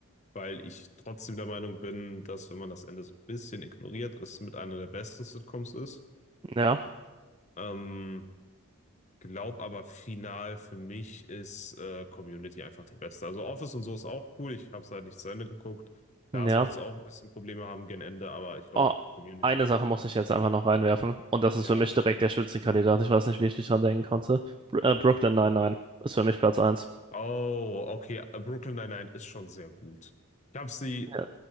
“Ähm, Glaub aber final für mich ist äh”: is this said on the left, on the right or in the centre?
Left